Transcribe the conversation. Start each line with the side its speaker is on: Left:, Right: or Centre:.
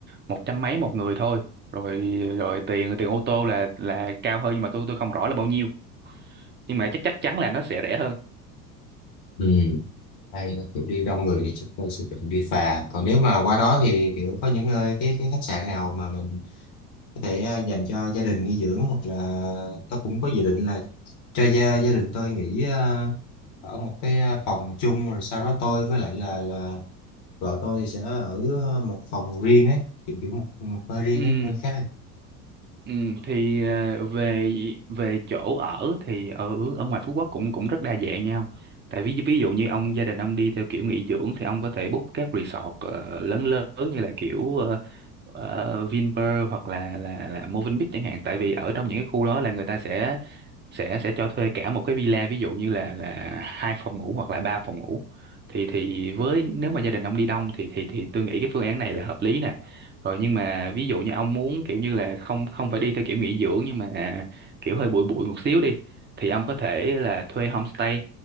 Right: một trăm mấy một người thôi rồi rồi tiền tiền ô tô là là cao hơn nhưng mà tôi tôi không rõ là bao nhiêu nhưng mà chắc chắc chắn là nó sẽ rẻ hơn
Left: ừ. hay là kiểu đi đông người thì chắc tôi sẽ chọn đi phà còn nếu mà qua đó thì kiểu có những nơi cái cái khách sạn nào mà mình có thể ờ, dành cho gia đình nghỉ dưỡng hoặc là tôi cũng có dự định là cho gia gia đình tôi nghỉ ờ, ở một cái ờ, phòng chung rồi sau đó tôi với lại là là vợ tôi thì sẽ ở ờ, một phòng riêng ấy kiểu kiểu một một nơi riêng
Right: ừ
Left: ấy nơi khác ấy.
Right: Ừ, thì ờ, về về chỗ ở thì ở ở ngoài Phú Quốc cũng cũng rất đa dạng nha ông. Tại ví ví dụ như ông gia đình ông đi theo kiểu nghỉ dưỡng thì ông có thể book các resort ờ, lớn lớn như là kiểu ờ, ờ, Vinpearl hoặc là là là Movenpick chẳng hạn. Tại vì ở trong những cái khu đó là người ta sẽ sẽ sẽ cho thuê cả một cái villa ví dụ như là là hai phòng ngủ hoặc là ba phòng ngủ thì thì với nếu mà gia đình ông đi đông thì thì thì tôi nghĩ cái phương án này là hợp lý nè rồi nhưng mà ví dụ như ông muốn kiểu như là không không phải đi theo kiểu nghỉ dưỡng nhưng mà à, kiểu hơi bụi bụi một xíu đi thì ông có thể là thuê homestay